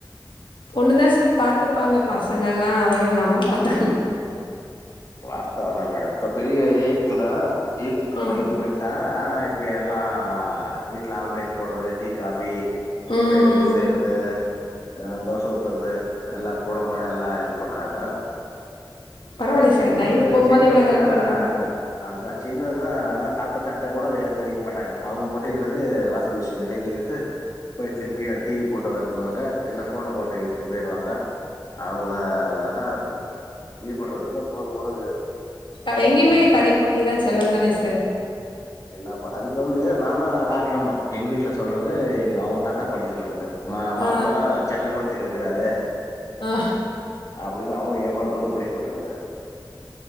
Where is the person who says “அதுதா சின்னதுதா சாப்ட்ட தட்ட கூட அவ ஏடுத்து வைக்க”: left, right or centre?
Left